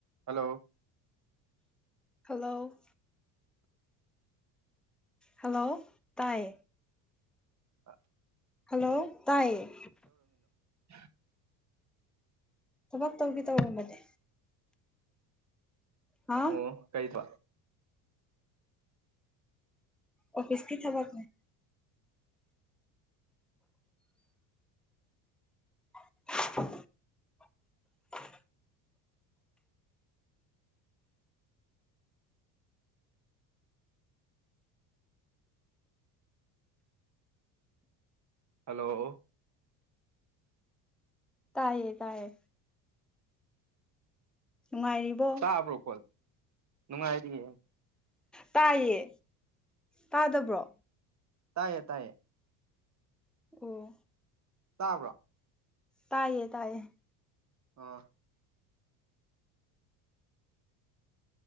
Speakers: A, on the right (about 35°); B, in the centre.
A: ꯍꯜꯂꯣ
B: ꯍꯜꯂꯣ ꯍꯜꯂꯣ ꯇꯥꯏꯌꯦ
A: ꯑ
B: ꯍꯜꯂꯣ ꯇꯥꯏꯌꯦ
A: <inaudible>
B: ꯊꯕꯛ ꯇꯧꯒꯦ ꯇꯧꯔꯝꯕꯅꯦ ꯍꯥ
A: ꯑꯣ ꯀꯩ ꯊꯕꯛ
B: ꯑꯣꯐꯤꯁꯀꯤ ꯊꯕꯛꯅꯦ <inaudible>
A: <unintelligible> ꯍꯜꯂꯣ
B: ꯇꯥꯏꯌꯦ ꯇꯥꯏꯌꯦ ꯅꯨꯡꯉꯥꯏꯔꯤꯕꯣ
A: ꯇꯥꯕ꯭ꯔꯣ ꯀꯣꯜ ꯅꯨꯡꯉꯥꯏꯔꯤꯌꯦ
B: ꯇꯥꯏꯌꯦ ꯇꯥꯗꯕ꯭ꯔꯣ
A: ꯇꯥꯏꯌꯦ ꯇꯥꯏꯌꯦ
B: ꯑꯣ
A: ꯇꯥꯕ꯭ꯔꯣ
B: ꯇꯥꯏꯌꯦ ꯇꯥꯏꯌꯦ
A: ꯑꯥ